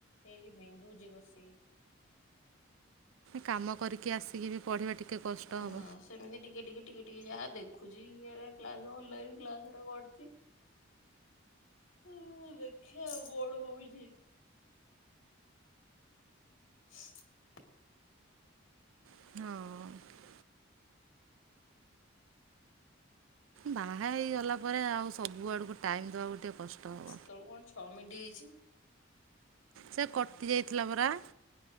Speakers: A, on the left (about 75°); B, on the right (about 75°).
A: ଏଇକି ବିନ୍ଦୁଚି କସିକି।
B: କାମ କରିକି ଆସିକି ବି ପଢ଼ିବା ଟିକେ କଷ୍ଟ।
A: ହଁ
B: ହବ।
A: ସେମିତି ଟିକେ ଟିକେ ଟିକେ ଟିକେ ଯାହା ଦେଖୁଛି ଇଏରେ କ୍ଲାସ୍ ଅନଲାଇନ୍ କ୍ଲାସରେ କରୁଛି। ହଁ ହଁ ଦେଖିବା ଆଉ କଣ ହଉଛି। <inaudible>
B: ହଉ। ବାହା ହେଇଗଲା ପରେ ଆଉ ସବୁ ଆଡକୁ ଟାଇମ୍ ଦବାକୁ ଟିକେ କଷ୍ଟ। ହବ।
A: ସେତେବେଳକୁ କଣ ଛଅ ମିନିଟ୍ ହେଇଛି।
B: ସେ କଟି ଯାଇଥିଲା ପରା।